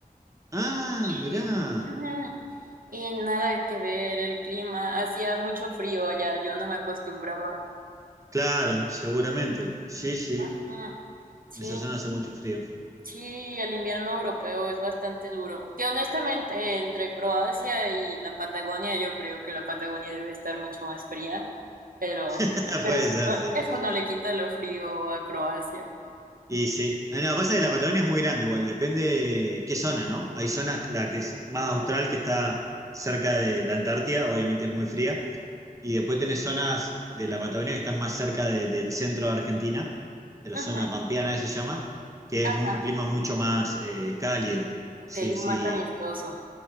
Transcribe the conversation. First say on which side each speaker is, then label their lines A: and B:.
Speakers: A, on the right; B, on the right.
A: Ah,
B: Y,
A: mirá.
B: ujú, y nada que ver el clima. Hacía mucho frío allá, yo no me acostumbraba.
A: Claro, seguramente. Sí, sí.
B: Ujú, Sí,
A: En esa zona hace mucho frío.
B: Sí, el invierno europeo es bastante duro. Que honestamente, entre Croacia y la Patagonia, yo creo que la Patagonia debe estar mucho más fría, pero,
A: <laughs>
B: pero
A: Puede
B: eso,
A: ser,
B: no,
A: sí.
B: eso no le quita lo frío a Croacia.
A: Y sí. Ah, No, pasa que la Patagonia es muy grande igual, depende qué zona, ¿no? Hay zonas, la que es más austral, que está cerca de la Antártida, obviamente es muy fría. Y después tenés zonas de la Patagonia que están más cerca de- del centro de Argentina, de la
B: Ajá,
A: zona pampeana, que se llama, que
B: ajá.
A: es mu- un clima mucho más eh, cálido.
B: Ok,
A: Sí, sí.
B: más amistoso.